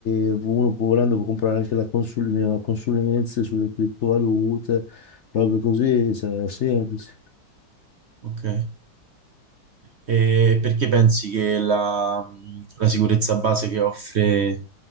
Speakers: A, on the left; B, on the right.
A: Uno può, volendo, può comprare anche la consul- le mie consulenze sulle criptovalute. Proprio così, cioè, è semplice.
B: Ok. E perché pensi che la, mh, la sicurezza base che offre